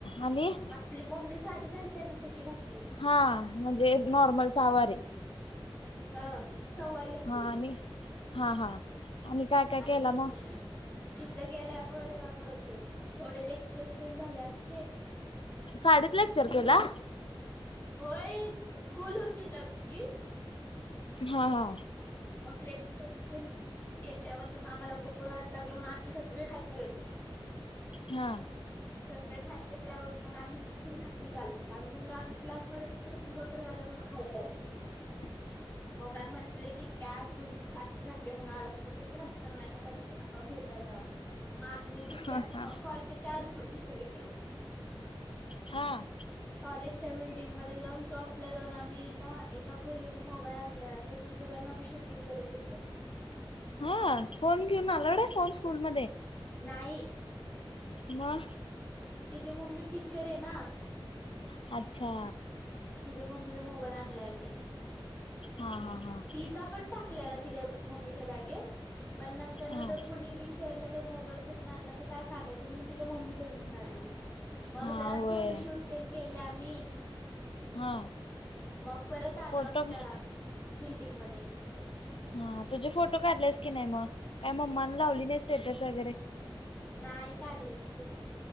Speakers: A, on the left; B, on the left.
A: आणि
B: आपली मम्मी साधी घालत्या ना तशी घातलेली
A: हा म्हणजे नॉर्मल साहावारी
B: हा सवारी घातलेली
A: म आणि हा हा आणि काय काय
B: आणि
A: केला मग
B: तिथं गेल्यावर थोडे लेक्चर्स तेन झाले आमचे
A: साडीेत लेक्चर केला?
B: होय स्कुल होती आमची ह <inaudible>
A: हा हा
B: मग लेक्चरसं तेन केल्यावर आम्हाला बोर व्हायला लागल म्हणून आम्ही सगळे खायला गेलो
A: हा
B: सगळे खाली गेल्यावर मग मॅम म्हणले तुम्ही खाली का आलात आम्ही म्हणलो आम्ही क्लासमध्ये बसून बोर व्हायला लागले म्हणून खाली आलो
A: हम् <inaudible>
B: मग मॅम म्हणाले ठीक आहे आज तुम्ही साडी घातली म्हणून आलात <unintelligible> जावा फिरायला जावा मग आम्ही दुसऱ्या
A: हा हा
B: चार <unintelligible> तिकडं गेलो
A: हां
B: कॉलेजच्या बिल्डिंगमध्ये जाऊन टॉप ला जाऊन आम्ही ना एका पुरगीन मोबाईल आणलेला त्याच्यावरून आम्ही शूटिंग करत होतो
A: हा फोन घेऊन आलाऊड आहे फोन स्कूलमध्ये
B: नाही
A: मग
B: तिची मम्मी टीचर आहे ना
A: ह <unintelligible> अच्छा
B: तिच्या मम्मीचा मोबाईल आणलेला तिने
A: हा हा हा
B: तिचा पण टाकलेला तिच्या मम्मीच्या बॅगेत पण नंतरनं
A: हा
B: जर कुणी वि चारलं तर मोबाईल कुठून आणला तर काय सांगायचं म्हणून तिच्या मम्मीचाचं घेऊन आली ती. मग
A: हा
B: जरा
A: होय
B: फोटोशूट तेन केले आम्ही.
A: हा
B: मग परत आलो
A: फोटो
B: आमच्या बिल्डिंग मध्ये.
A: हा तुझे फोटो काढलेस की नाही मग काही मम्माने लावली नाही स्टेटस वगैरे
B: नाही काढले मी फोटो